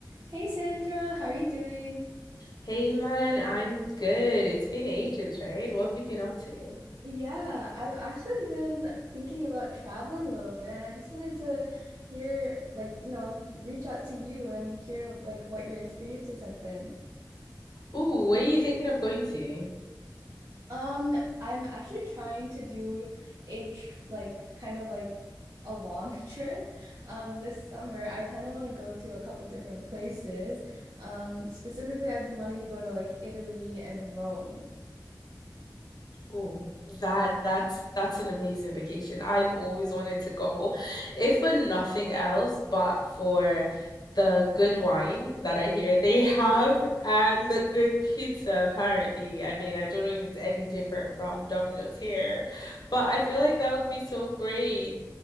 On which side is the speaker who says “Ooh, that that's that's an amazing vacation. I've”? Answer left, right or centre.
Left